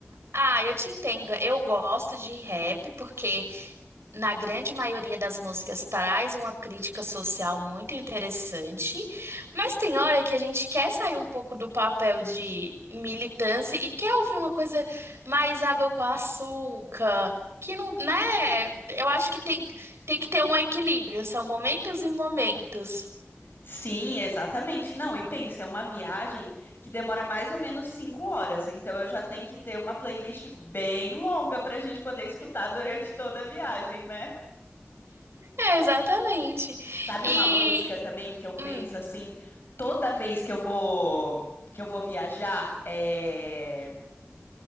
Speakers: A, on the right; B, on the left.
A: Ah, eu te entendo. Eu gosto de rap porque, na grande maioria das músicas, traz uma crítica social muito interessante. Mas tem hora que a gente quer sair um pouco do papel de militância e quer ouvir uma coisa mais água com açúcar. Que não, né? Eu acho que tem, tem que ter um equilíbrio. São momentos e momentos.
B: Sim, exatamente. Não, e pensa, é uma viagem que demora mais ou menos cinco horas, então eu já tenho que ter uma playlist bem longa pra gente poder escutar durante toda a viagem, né?
A: É, exatamente.
B: Sabe
A: E.
B: uma música também que eu penso
A: hum,
B: assim, toda vez que eu vou que eu vou viajar, é